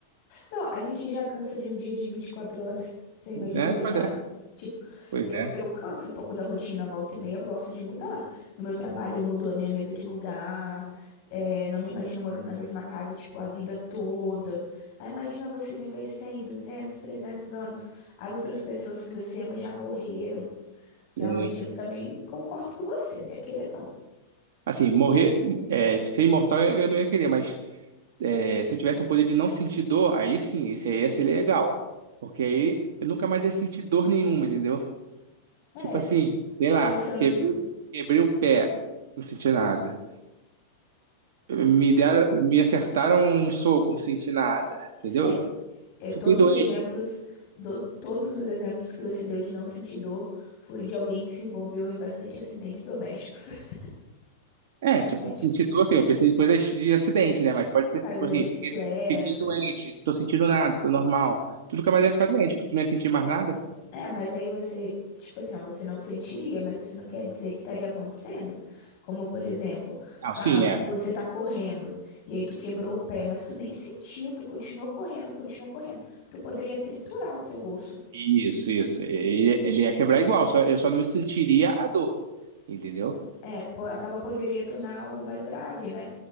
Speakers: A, on the left (about 55°); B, on the right (about 70°).
A: Não, a gente já cansa de um dia de 24 horas. Você imaginou
B: né? Pois
A: já?
B: é,
A: Tipo,
B: pois
A: eu,
B: é.
A: eu canso um pouco da rotina, volta e meia, eu gosto de mudar. No meu trabalho, eu mudo a minha mesa de lugar. é, não me imagino morando na mesma casa, tipo, a vida toda. Aí imagina você viver 100, 200, 300 anos. As outras pessoas que você ama já morreram. Realmente,
B: Sim.
A: eu não- também concordo com você, né? Querer não.
B: Assim, morrer, é, ser imortal eu eu não ia querer, mas é, se eu tivesse o poder de não sentir dor, aí sim, esse aí ia ser legal. Porque aí eu nunca mais ia sentir dor nenhuma, entendeu?
A: É,
B: Tipo assim, sei lá,
A: pensando.
B: quebrei, o- quebrei o pé, não senti nada. Me deram, me acertaram um soco, não senti nada, entendeu?
A: é, É, todos
B: Fiquei doente.
A: os exemplos, do- todos os exemplos que você deu de não sentir dor foi de alguém que se envolveu em bastante acidentes domésticos, <laughs>
B: É, tipo,
A: né? Tipo,
B: senti dor, assim, eu pensei em coisas de acidente, né? Mas pode ser
A: caiu
B: tipo
A: da
B: assim,
A: bicicleta.
B: fiquei, fiquei doente, não tô sentindo nada, tô normal. Tu nunca mais ia ficar doente, porque tu não ia sentir mais nada.
A: É, mas aí você, tipo assim, ó, você não sentiria, mas isso não quer dizer que estaria acontecendo. Como, por exemplo,
B: Não,
A: ah,
B: sim, é.
A: você tá correndo e aí tu quebrou o pé, mas tu nem sentiu, tu continua correndo, continua correndo. Tu poderia triturar o teu osso
B: Isso, isso. Ele, ele ia quebrar igual, só, eu só não sentiria a dor, entendeu?
A: É, po- acaba poderia tornar algo mais grave, né?